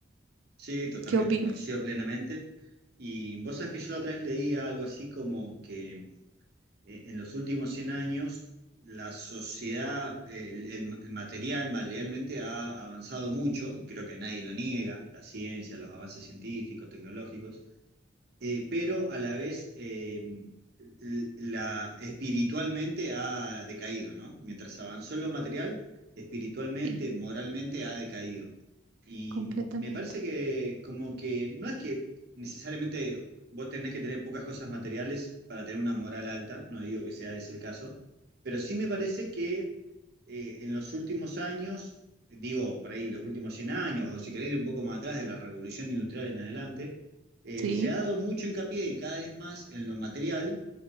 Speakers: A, on the right; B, on the right.
A: Sí, totalmente,
B: ¿Qué opinas?
A: coincido plenamente. Y vos sabés que yo la otra vez leía algo así como que eh, en los últimos 100 años la sociedad, eh, el, el ma- el material, materialmente ha avanzado mucho, y creo que nadie lo niega, la ciencia, los avances científicos, tecnológicos, eh, pero a la vez eh, l- la, espiritualmente ha decaído, ¿no? Mientras avanzó en lo material, espiritualmente,
B: Sí,
A: moralmente ha decaído. Y
B: completamente.
A: me parece que como que no es que necesariamente vos tenés que tener pocas cosas materiales para tener una moral alta, no digo que sea ese el caso, pero sí me parece que eh, en los últimos años, digo por ahí los últimos 100 años, o si querés ir un poco más atrás de la revolución industrial en adelante, eh,
B: Sí,
A: se ha dado mucho hincapié y cada vez más en lo material